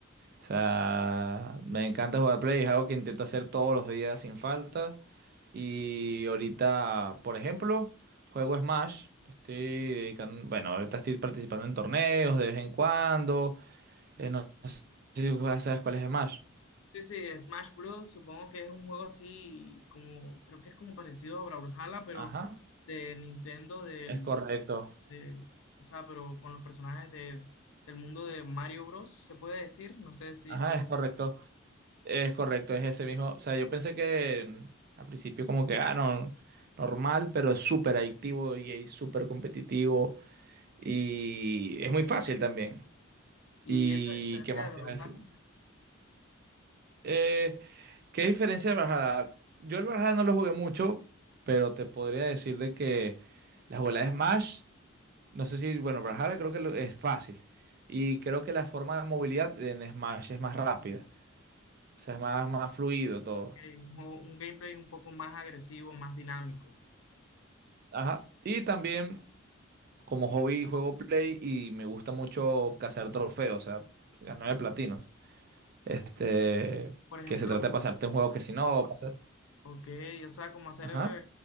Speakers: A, on the right; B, on the left.
A: O sea, me encanta jugar Play. Es algo que intento hacer todos los días sin falta. Y ahorita, por ejemplo, juego Smash. Estoy dedicando, bueno, ahorita estoy participando en torneos de vez en cuando. Eh, no sé si juegas- sabes cuál es Smash.
B: Sí, sí, Smash Bros. Supongo que es un juego así como, creo que es como parecido a Brawlhalla, pero
A: Ajá,
B: de Nintendo, del,
A: es correcto.
B: de, o sea, pero con los personajes de, del mundo de Mario Bros. Se puede decir, no sé si
A: Ajá,
B: estoy.
A: es correcto. Es correcto, es ese mismo. O sea, yo pensé que al principio como que, ah, no, normal, pero es súper adictivo y es súper competitivo y es muy fácil también.
B: Y
A: ¿Y
B: esa diferencia
A: qué más
B: de
A: te
B: Brawlhalla,
A: iba a decir? Eh, ¿qué diferencia de Brawlhalla? Yo el Brawlhalla no lo jugué mucho, pero te podría decir de que la jugabilidad de Smash, no sé si, bueno, Brawlhalla creo que lo- es fácil y creo que la forma de movilidad en Smash es más rápida, o sea, es más, más fluido todo.
B: que es un juego- un gameplay un poco más agresivo, más dinámico.
A: Ajá. Y también... como hobby juego Play y me gusta mucho cazar trofeos, o sea, ganar de platinos. Este,
B: Por ejemplo,
A: que se trata de pasarte un juego que si no, pasa-
B: ok, o sea, como hacer
A: ajá,
B: eh,